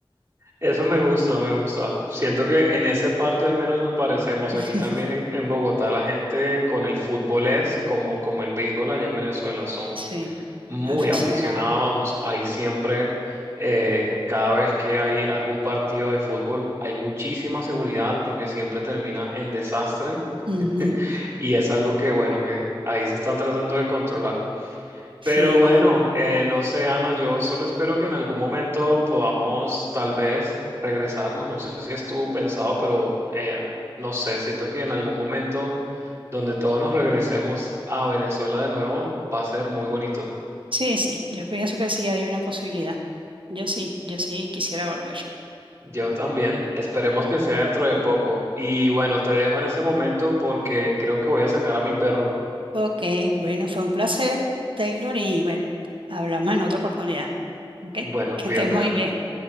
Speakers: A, on the right; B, on the right.
A: Eso me gusta, me gusta. Siento que en esa parte al menos nos parecemos.
B: <laughs>
A: Aquí también en, en Bogotá la gente con el fútbol es como, como el béisbol allá en Venezuela, son
B: Sí.
A: muy
B: Aficionado.
A: aficionados. Hay siempre, eh, cada vez que hay algún partido de fútbol, hay muchísima seguridad porque siempre termina en desastre. <laughs>
B: Ujú.
A: Y es algo que, bueno, que ahí se están tratando de controlar.
B: Sí,
A: Pero bueno, eh, no sé, Ana, yo solo espero que en algún momento podamos tal vez regresarnos. No sé si estuvo pensado, pero eh, no sé, siento que en algún momento donde todos nos regresemos a Venezuela de nuevo va a ser muy bonito.
B: sí, sí. Yo pienso que sí hay una posibilidad. Yo sí, yo sí quisiera volver.
A: Yo también. Esperemos que sea dentro de poco. Y bueno, te dejo en ese momento porque creo que voy a sacar a mi perro.
B: Ok, bueno, fue un placer, Taylor, y bueno, hablamos en otra oportunidad. Ok,
A: Bueno,
B: que
A: cuídate,
B: estés muy
A: Ana.
B: bien.